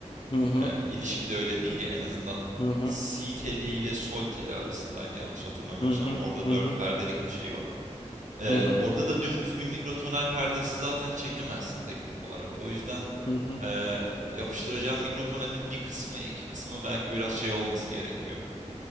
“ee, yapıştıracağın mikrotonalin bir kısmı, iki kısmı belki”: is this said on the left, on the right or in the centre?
Right